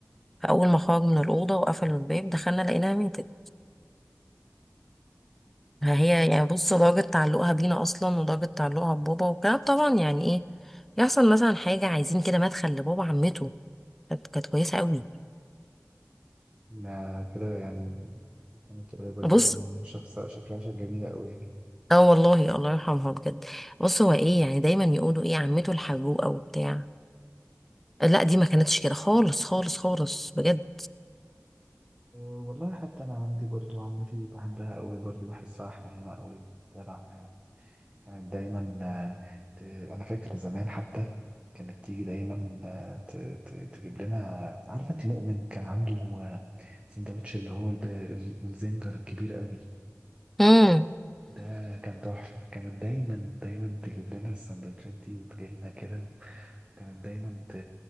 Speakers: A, in the centre; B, on the right.
A: فاول ما خرج من الأوضة وقفلوا الباب دخلنا لقيناها ميتة هي يعني بص درجة تعلقها بينا أصلا ودرجة تعلقها ببابا وكده طبعا يعني إيه يحصل مثلا حاجة عايزين كده مدخل لبابا عمته كانت كانت كويسة قوي
B: لا كده يعني أكيد كانت قريبة
A: بص
B: جدا وشخص شكلها شكل جميلة أوي يعني
A: اه والله الله يرحمها بجد بص هو ايه يعني دايما يقولوا ايه عمته الحجوقة وبتاع لا دي ما كانتش كده خالص خالص خالص بجد
B: أه، والله حتى أنا عندي برضو عمتي بحبها أوي برضو بحسها حنينة أوي جدعة يعني كانت دايما آه، ت... انا فاكر زمان حتى كانت تيجي دايما آه، ت... ت... تجيب لنا عارفه انت مؤمن كان عنده آه، سندوتش اللي هو الب... ال- الزنجر الكبير قوي
A: امم
B: ده كان تحفه كانت دايما دايما تجيب لنا السندوتشات دي وتجيلنا كده كانت دايما ت...